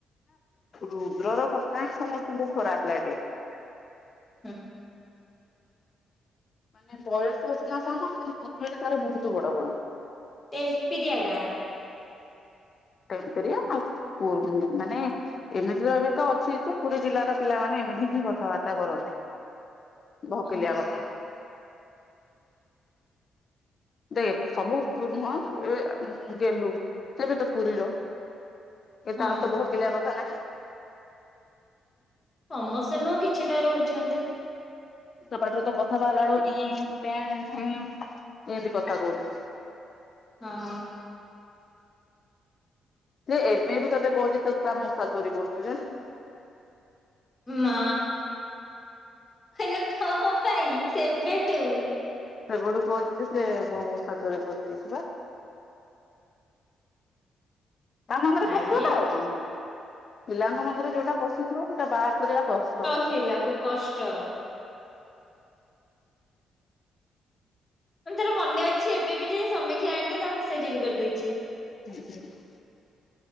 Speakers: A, on the left; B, on the left.
A: ରୁଦ୍ରର କଥାହିଁ ସମସ୍ତଙ୍କୁ ଖରାପ୍ ଲାଗେ।
B: ହୁଁ।
A: ମାନେ ବୟସରେ ସିନା ସାନ ଖାଲି କଥାଅରା ତାର ବହୁତ୍ ବଡ଼ ବଡ଼
B: ଟେମ୍ପିରିିଆଟା।
A: ଟେମ୍ପିରିଆଟା ପଉ ମାନେ ଏମିତିରେତ ଏବେତ ଅଛିଯେ ପୁରୀ ଜିଲ୍ଲାର ପିଲାମାନେ ଏମିତିହିଁ କଥାବାର୍ତ୍ତା କରନ୍ତି। ଭକିଲିଆ
B: ଓହୋ
A: କଥା। ଦେଖ ସବୁ ନୁହଁ ଏ ଗେଲୁ ସିଏବିତ ପୁରୀର ଏ
B: ହଁ
A: ତାରତ ବହକିଲିଆ କଥା ନାହିଁ।
B: ସମସ୍ତେ ନୁହଁ କିଛିଟା ରହୁଛନ୍ତି।
A: ତା ପାଟିରୁତ କଥା ବାହାରିଲା ଏଳୁ ଏଁ ପେଏଁ ଢେଏଁ ଏନ୍ତି କଥା କହୁଚିସେ।
B: ହଁ।
A: ଯେ ଏବେବି ତୋତେ କହୁଚି ତୁତାମୂଷା ଚୋରି କରୁଚୁ ଜାଣିଚୁ।
B: ମା ହେଲେ କଁ ପାଇଁ ସେବେଠୁ?
A: ସେବଠୁ କହୁଚିସେ ମୋମୂଷା ଚୋରି କରି ଦେଇଚିବା। ତାମା
B: ଆଇପ୍
A: କଣ ପିଲାଙ୍କ ମନରେ ଯୋଉଟା ପଶିଥିବ ସେଇଟା ବାହାର କରିବା କଷ୍ଟ।
B: ଥିଲା ବୁ କଷ୍ଟ। ମାନେ ତାର ମନେ ଅଛି ଏବେବି ଯାଏଁ ସମୀକ୍ଷା ଆଣ୍ଟି ତା ମୂଷା ଚୋରି କରିଦେଇଚି।
A: <unintelligible>